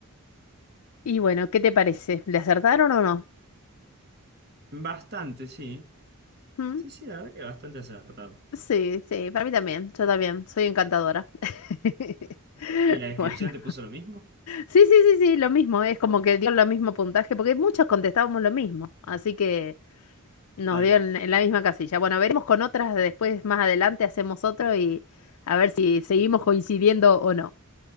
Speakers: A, on the left (about 80°); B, on the right (about 50°).
A: Y bueno, ¿qué te parece? ¿Le acertaron o no?
B: Bastante, sí.
A: ¿Mm?
B: Sí, sí, la verdad que bastante acertado.
A: Sí, sí, para mí también. Yo también, soy encantadora. <laughs>
B: ¿Y la descripción
A: Bueno.
B: te puso lo mismo?
A: Sí, sí, sí, sí, lo mismo, es como que dio lo mismo puntaje, porque muchos contestábamos lo mismo, así que Nos
B: Claro.
A: dio en, en la misma casilla. Bueno, veremos con otras, después más adelante hacemos otro y a ver si seguimos coincidiendo o no.